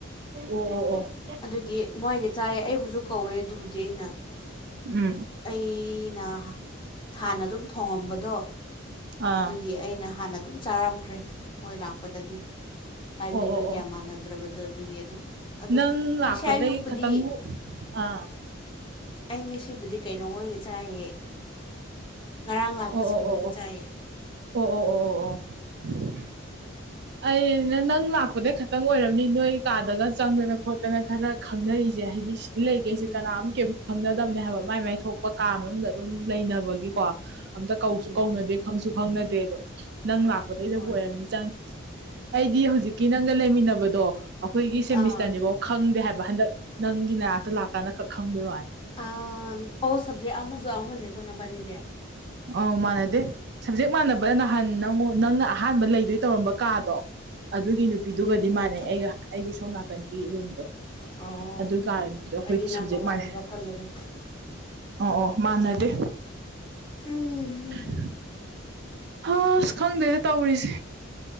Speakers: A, on the right; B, on the left.
A: ꯑꯣ ꯑꯣ ꯑꯣ
B: ꯑꯗꯨꯒꯤ ꯃꯣꯏꯒ ꯆꯥꯏ ꯑꯩꯕꯨꯁꯨ ꯀꯧꯋꯦ ꯑꯗꯨꯕꯨꯗꯤ ꯑꯩꯅ
A: ꯎꯝ
B: ꯑꯩꯅ ꯍꯥꯟꯅ ꯑꯗꯨꯝ ꯊꯣꯡꯉꯝꯕꯗꯣ
A: ꯑꯥ
B: ꯑꯗꯨꯒꯤ ꯑꯩꯅ ꯍꯥꯟꯅ ꯑꯗꯨꯝ ꯆꯥꯔꯝꯈ꯭ꯔꯦ ꯃꯣꯏ ꯂꯥꯛꯄꯗꯗꯤ ꯇꯥꯏꯃꯤꯡꯗꯣ
A: ꯑꯣ ꯑꯣ ꯑꯣ
B: ꯀꯌꯥ ꯃꯥꯟꯅꯗ꯭ꯔꯕꯗꯣ ꯑꯗꯨꯒꯤ ꯑꯗꯨꯝ ꯑꯗꯣ
A: ꯅꯪ ꯂꯥꯛꯄꯗꯩ
B: ꯉꯁꯤ ꯑꯌꯨꯛꯄꯨꯗꯤ
A: ꯈꯇꯪ ꯑꯥ
B: ꯑꯩ ꯉꯁꯤꯕꯨꯗꯤ ꯀꯩꯅꯣ ꯍꯣꯏꯒ ꯆꯥꯏꯌꯦ ꯉꯔꯥꯡ ꯂꯥꯛꯄꯁꯤꯡꯗꯨꯒ
A: ꯑꯣ ꯑꯣ ꯑꯣ
B: ꯆꯥꯏꯌꯦ
A: ꯑꯣ ꯑꯣ ꯑꯣ ꯑꯣ ꯑꯣ ꯑꯣ
B: <inaudible>
A: ꯑ ꯅꯪ ꯂꯥꯛꯄꯗꯩ ꯈꯇꯪ ꯑꯣꯏꯔꯝꯃꯤ ꯅꯣꯏ ꯀꯥꯗꯒ ꯆꯪꯗꯅ ꯈꯣꯠꯇꯅ ꯈꯔ ꯈꯪꯅꯔꯤꯁꯦ ꯍꯥꯏꯗꯤ ꯃꯤ ꯂꯩꯇꯦ ꯁꯤ
B: ꯎꯝ
A: ꯀꯅꯥꯝ ꯀꯩꯝ ꯈꯪꯅꯗꯕꯅꯦ ꯍꯥꯏꯕ ꯃꯥꯏ ꯃꯥꯏ ꯊꯣꯛꯄ ꯀꯥ ꯃꯅꯨꯡꯗ ꯑꯗꯨꯝ ꯂꯩꯅꯕꯒꯤꯀꯣ ꯑꯝꯇ ꯀꯧꯁꯨ
B: ꯎꯝ
A: ꯀꯧꯅꯗꯦ
B: ꯎꯝ
A: ꯈꯪꯁꯨ ꯈꯪꯅꯗꯦ ꯑꯗꯣ ꯅꯪ ꯂꯥꯛꯄꯗꯩꯗꯕꯨ
B: ꯍꯣꯏ
A: ꯑꯣꯏꯔꯝꯅꯤ ꯆꯪꯉꯤ ꯑꯩꯗꯤ ꯍꯧꯖꯤꯛꯀꯤ ꯅꯪꯒ ꯂꯩꯃꯤꯟꯅꯕꯗꯣ ꯑꯩꯈꯣꯏꯒꯤ ꯁꯦꯃꯤꯁꯇꯔꯅꯦ
B: ꯑꯥ
A: ꯕꯧ ꯈꯪꯗꯦ ꯍꯥꯏꯕ ꯍꯟꯗꯛ ꯅꯪꯒꯤ ꯅꯅꯥꯛꯇ ꯂꯥꯛꯀꯥꯟꯗ ꯈꯛ ꯈꯪꯕꯩ ꯋꯥꯅꯤ
B: ꯑꯥ ꯑꯣ ꯁꯕꯖꯦꯛ ꯑꯃꯁꯨ ꯑꯃꯅꯦꯀꯣ ꯅꯕꯥꯅꯤꯁꯦ
A: ꯑꯥꯎ ꯃꯥꯟꯅꯗꯦ ꯁꯞꯖꯦꯛ ꯃꯥꯟꯅꯕꯗ ꯅꯍꯥꯟ ꯅꯪꯉ ꯅꯪꯅ ꯑꯍꯥꯟꯕ ꯂꯩꯗꯣꯏ ꯇꯧꯔꯝꯕ ꯀꯥꯗꯣ ꯑꯗꯨꯒꯤ ꯅꯨꯄꯤꯗꯨꯒꯗꯤ
B: ꯎꯝ ꯎꯝ
A: ꯃꯥꯟꯅꯩ ꯑꯩꯒ ꯑꯩꯒꯤ ꯁꯣꯝ ꯅꯥꯀꯟꯒꯤ ꯔꯨꯝꯗꯣ
B: ꯑꯣ
A: ꯑꯗꯨꯏ ꯀꯥꯔ ꯅꯨꯄꯤꯗ‌ꯣ ꯑꯩꯈꯣꯏꯒꯤ
B: ꯑꯩꯗꯤ ꯅꯪꯒ
A: ꯁꯕꯖꯦꯛ
B: ꯃꯥꯟꯅꯕ꯭ꯔꯥ
A: ꯃꯥꯟꯅꯩ
B: ꯈꯜꯂꯨꯔꯦ
A: ꯑꯣ ꯑꯣ ꯃꯥꯟꯅꯗꯦ
B: ꯎꯝ
A: <inaudible> ꯑꯁ ꯈꯪꯗꯦꯗ ꯇꯧꯔꯤꯁꯦ